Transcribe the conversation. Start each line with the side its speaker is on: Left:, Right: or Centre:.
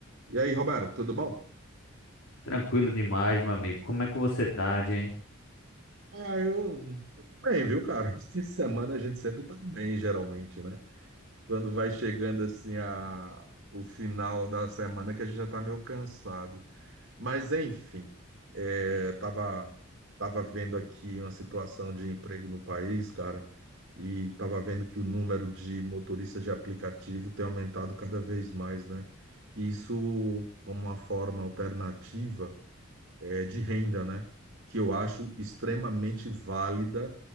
Right: E aí, Roberto, tudo bom?
Left: Tranquilo demais, meu amigo. Como é que você tá, Jen?
Right: Ah, eu, eu tô bem, viu, cara? <laughs> Essa semana a gente sempre tá bem, geralmente, né? Quando vai chegando assim a... o final da semana que a gente já tá meio cansado. Mas enfim, é, tava, tava vendo aqui uma situação de emprego no país, cara, e tava vendo que o número de motoristas de aplicativo tem aumentado cada vez mais, né? Isso como uma forma alternativa eh, de renda, né? Que eu acho extremamente válida.